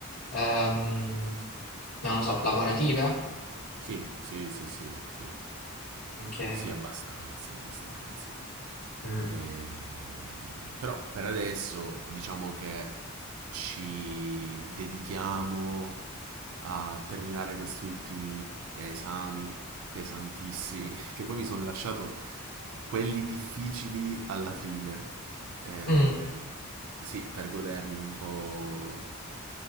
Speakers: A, on the left; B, on the right.
A: ehm, non lo so, lavorative?
B: Sì, sì, sì, sì, sì.
A: Ok.
B: Sì, abbastanza, abbastanza.
A: Mm.
B: Ehm, però per adesso diciamo che ci dedichiamo a terminare questi ultimi esami pesantissimi che poi mi sono lasciato quelli difficili alla fine. Eh,
A: Mm.
B: sì, per godermi un po',